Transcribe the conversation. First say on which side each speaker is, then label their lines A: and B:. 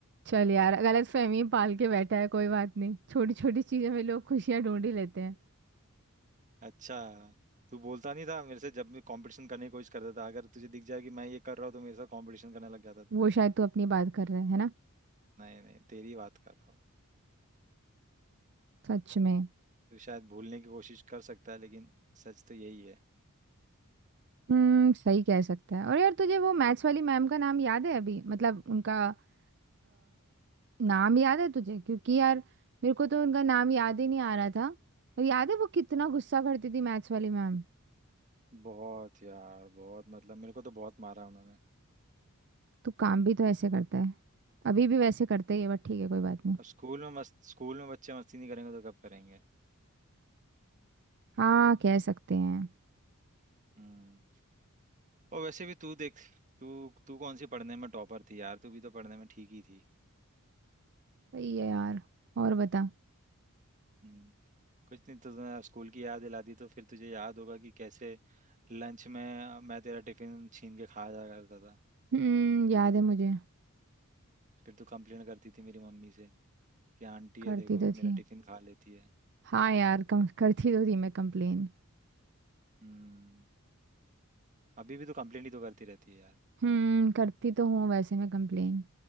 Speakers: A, on the right; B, on the right.
A: चल यार गलत फहमी पाल
B: हम्म।
A: के बैठा है कोई बात नहीं छोटी छोटी चीज़ों में लोग खुशियाँ ढूंढ ही लेते हैं
B: अच्छा तू बोलता नहीं था मेरे से जब मैं कंपटीशन करने की कोशिश करता था अगर तुझे दिख जाए कि मैं ये कर रहा हूँ तो मेरे साथ कंपटीशन करने लग जाता था।
A: वो शायद तू अपनी बात कर रहे है ना
B: नहीं नहीं तेरी बात कर रहा हूँ
A: सच में
B: तू शायद भूलने की कोशिश कर सकता है लेकिन सच तो यही है
A: हम्म सही कह सकता है और यार तुझे वो मैथ्स वाली मैम का नाम याद है अभी मतलब उनका अ, नाम याद है तुझे क्योंकि यार मेरे को तो उनका नाम याद ही नहीं आ रहा था और याद है वो कितना गुस्सा करती थी मैथ्स वाली मैम
B: बहुत यार बहुत मतलब मेरे को तो बहुत मारा उन्होंने
A: तू काम भी तो ऐसे करता है अभी भी वैसे करते ही है बट ठीक है कोई बात नहीं
B: अब स्कूल में मस्त स्कूल में बच्चे मस्ती नहीं करेंगे तो कब करेंगे
A: हाँ कह सकते हैं
B: हम्म और वैसे भी तू देख तू तू कौन सी पढ़ने में टॉपर थी यार तू भी तो पढ़ने में ठीक ही थी
A: सही है यार और बता
B: हम्म कुछ नहीं तो स्कूल की याद दिला दी तो फिर तुझे याद होगा कि कैसे लंच में मैं तेरा टिफिन छीन के खा जा करता था
A: हम्म याद है मुझे
B: फिर तू कंप्लेन करती थी मेरी मम्मी से कि आंटी
A: करती
B: है देखो
A: तो थी
B: मेरा टिफिन खा लेती है
A: हाँ यार कम करती तो थी मैं कंप्लेन
B: हम्म अभी भी तो कंप्लेन ही तो करती रहती है यार
A: हम्म करती तो हूँ वैसे मैं कंप्लेन